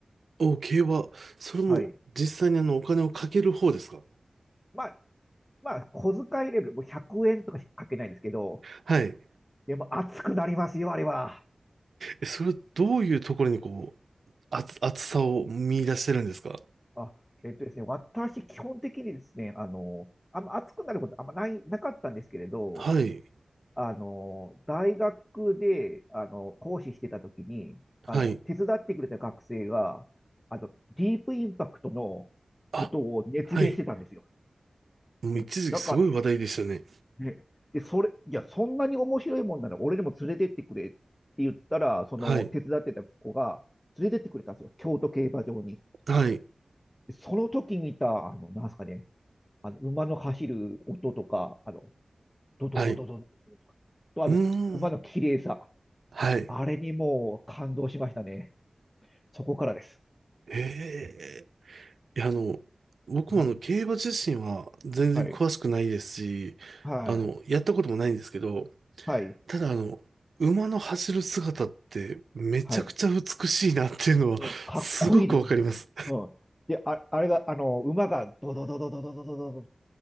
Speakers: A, on the right (about 85°); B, on the left (about 15°).
A: お、競馬。それも実際にあの、
B: はい。
A: お金をかける方ですか
B: まあ、まあ、小遣いレベル、もう100円とかしかかけないんですけど、
A: はい。
B: でも熱くなりますよ、あれは。
A: えそれどういうところにこう、熱、熱さを見出してるんですか
B: あ、えっとですね、私、基本的にですね、あの、あんま熱くなることあんまない、なかったんですけれど、
A: はい。
B: あの、大学で、あの、講師してた時に、あの、
A: はい。
B: 手伝ってくれた学生が、あの、ディープインパクトのことを熱弁してたんですよ。
A: あ、はい。もう一時期すごい話題でしたね。
B: うん。だからで、で、それ、いや、そんなに面白いもんなら俺にも連れてってくれって言ったら、その手伝ってた子が連れてってくれたんですよ。
A: はい。
B: 京都競馬場に。
A: はい。
B: でその時見た、あの、なんすかね、あの、馬の走る音とか、あの、ドドドドドド
A: はい。
B: と、あと、
A: うーん。
B: 馬の綺麗さ。
A: はい。
B: あれにもう感動しましたね。そこからです。
A: ええ。いや、あの、僕もあの、
B: はい。
A: 競馬自身は全然詳しくないですし、
B: はい。はい。
A: あの、やったこともないんですけど、
B: はい。
A: ただあの、馬の走る姿ってめちゃくちゃ美しいなっていうのはすごくわかります。
B: はい。うんかっこいいです。うん。で、あ、あれが、あの、馬がドドドドドドドドド